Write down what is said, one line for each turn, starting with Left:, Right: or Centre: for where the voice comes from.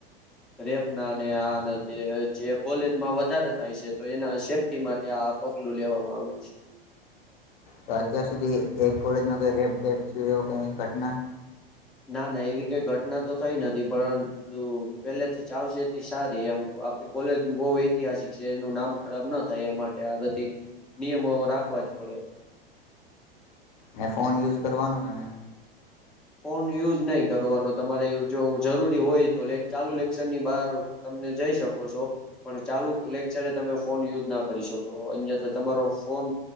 Centre: રેપના અને આના જે કોલેજમાં વધારે થાય છે, તો એના સેફ્ટી માટે આ પગલું લેવામાં આવ્યું છે.
Left: તો અત્યાર સુધી એક કોલેજમાં કોઈ રેપડેપ થીયુ એવું કઈ ઘટના
Centre: ના ના એવી કઈ ઘટના તો થઈ નથી પરંતુ પેલેથી ચ આવશે તે સારી એમ કોલેજ બોવ ઐતિહાસિક જેનું નામ ખરાબ ન થાય એ માટે આ બધી નિયમો રાખવા જ પડે
Left: ને ફોન યુઝ કરવાનો કે નય
Centre: ફોન યુઝ નહી કરવાનો તમારે જો જરૂરી હોય તો લેક ચાલુ લેક્ચર ની બહાર તમને જઈ શકો છો પણ ચાલુ લેક્ચરે તમે ફોન યુઝ ના કરી શકો અહિયાથી તમારો ફોન